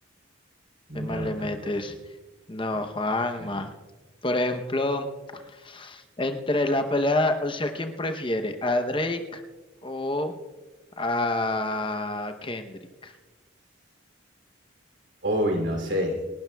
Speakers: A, on the right; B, on the left.
A: No,
B: De mal le
A: tampoco.
B: metes. No,
A: Tampoco
B: Juanma.
A: me suena.
B: Por ejemplo, entre la pelea, o sea, ¿quién prefiere? ¿A Drake o a Kendrick?
A: Uy, no sé.